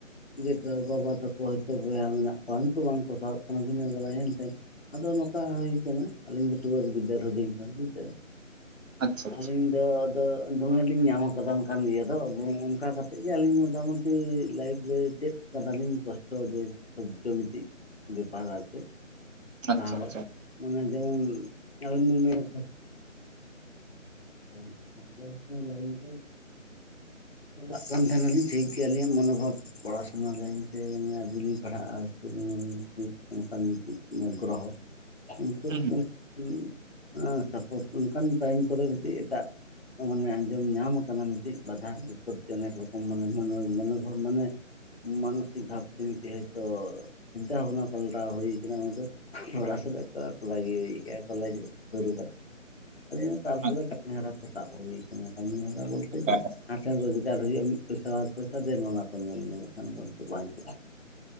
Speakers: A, on the left; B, on the right.
A: ᱜᱮᱛᱚ ᱵᱟᱵᱟ ᱛᱟᱠᱚ ᱦᱳᱭᱛᱚ ᱵᱚᱭᱦᱟ ᱢᱮᱱᱟᱜ ᱠᱚᱣᱟ ᱩᱱᱠᱩ ᱵᱟᱝᱠᱚ ᱥᱟᱦᱟᱵ ᱠᱟᱱᱟ ᱵᱷᱤᱱᱟᱹ ᱵᱟᱲᱟ ᱦᱮᱱᱛᱮᱱ ᱟᱫᱚ ᱱᱚᱠᱟ ᱦᱩᱭ ᱠᱟᱱᱟ ᱟᱹᱞᱤᱧ ᱫᱚ ᱴᱩᱣᱟᱹᱨ ᱜᱤᱫᱟᱹᱨ ᱦᱩᱰᱤᱧ ᱠᱟᱱ ᱵᱩᱡ <unintelligible>
B: ᱟᱪᱪᱷᱟ ᱟᱪᱪᱷᱟ
A: ᱟᱹᱞᱤᱧ ᱫᱚ ᱟᱫᱚ ᱫᱚᱢᱮ ᱞᱤᱧ ᱧᱟᱢ ᱠᱟᱫᱟ ᱚᱱᱠᱟᱱ ᱤᱭᱟᱹ ᱫᱚ <unintelligible> ᱚᱱᱠᱟ ᱠᱟ ᱛᱮᱡᱜᱮ ᱟᱹᱞᱤᱧ ᱢᱚᱴᱟᱢᱩᱴᱤ ᱞᱟᱭᱤᱯᱷ ᱨᱮ ᱪᱮᱫ ᱠᱟᱫᱟᱞᱤᱧ ᱠᱚᱥᱴᱚ ᱡᱮ ᱥᱚᱦᱡᱚ ᱢᱤᱫᱴᱤᱡ ᱵᱮᱯᱟᱨ ᱟᱨ ᱪᱮᱫ
B: ᱟᱪᱪᱷᱟ
A: ᱥᱟᱦᱟᱣ
B: ᱟᱪᱪᱷᱟ
A: ᱢᱟᱱᱮ ᱡᱮᱢᱚᱱ ᱟᱵᱤᱱ ᱵᱤᱱ ᱢᱮᱱᱮᱫ <unintelligible> <unintelligible> ᱪᱟᱞᱟᱜ ᱠᱟᱱ ᱛᱟᱦᱮᱱᱟᱞᱤᱧ ᱥᱮᱭᱮᱜᱮ ᱟᱹᱞᱤᱧᱟᱜ ᱢᱚᱱᱳᱵᱷᱟᱵᱽ <unintelligible> ᱯᱚᱲᱟᱥᱩᱱᱟ ᱞᱟᱹᱭᱤᱱ ᱛᱮ ᱢᱟᱱᱮ ᱟᱹᱰᱤ ᱞᱤᱧ ᱯᱟᱲᱦᱟᱜᱼᱟ <unintelligible> ᱱᱚᱱᱠᱟᱱ ᱪᱮᱫ ᱜᱨᱚᱦᱚ <unintelligible>
B: ᱦᱩᱸ ᱦᱩᱸ
A: ᱥᱟᱯᱳᱴ ᱚᱱᱠᱟᱱ ᱴᱟᱭᱤᱢ ᱠᱚᱨᱮ ᱠᱟᱹᱴᱤᱡ ᱮᱴᱟᱜ ᱢᱟᱱᱮ ᱟᱸᱡᱚᱢ ᱧᱟᱢ ᱠᱟᱱᱟ ᱢᱤᱫᱴᱤᱡ ᱵᱟᱫᱷᱟ ᱵᱤᱯᱚᱛ ᱚᱱᱮᱠ ᱨᱚᱠᱚᱢ ᱢᱟᱱᱮ ᱢᱟᱱᱮ ᱢᱟᱱᱮ ᱢᱟᱱᱥᱤᱠ ᱵᱷᱟᱵ ᱛᱮᱢᱤᱛ ᱦᱚᱭᱛᱚ ᱪᱤᱱᱛᱟᱹ ᱵᱷᱟᱵᱽᱱᱟ ᱯᱟᱞᱴᱟᱣ ᱦᱩᱭ ᱠᱟᱱᱟ ᱩᱱ ᱨᱮ ᱚᱲᱟᱜ ᱥᱮᱫᱟᱜ ᱠᱚ ᱵᱷᱟᱜᱤ ᱦᱩᱭ ᱠᱚᱞᱮᱡᱽ ᱥᱩᱨᱩ ᱠᱟᱛᱮ <unintelligible> ᱛᱟᱨᱯᱚᱨᱮ
B: ᱟᱪᱪᱷᱟ
A: ᱠᱟᱹᱢᱤ ᱦᱚᱨᱟ ᱠᱚ ᱥᱟᱵ ᱦᱩᱭ ᱠᱟᱹᱢᱤᱦᱚᱨᱟ ᱵᱚᱞᱛᱮ ᱡᱮ
B: ᱟᱪᱪᱷᱟ
A: ᱪᱮᱫ <unintelligible> ᱟᱨ ᱦᱩᱭᱩᱜᱼᱟ ᱢᱤᱫ ᱯᱚᱭᱥᱟ ᱵᱟᱨ ᱯᱚᱭᱥᱟ ᱫᱮᱱ ᱚᱱᱟ ᱠᱚ ᱧᱮᱞ ᱢᱮ ᱵᱟᱠᱷᱟᱱ ᱫᱚ ᱱᱤᱛᱚᱜ ᱵᱟᱝ ᱪᱟᱞᱟᱜᱼᱟ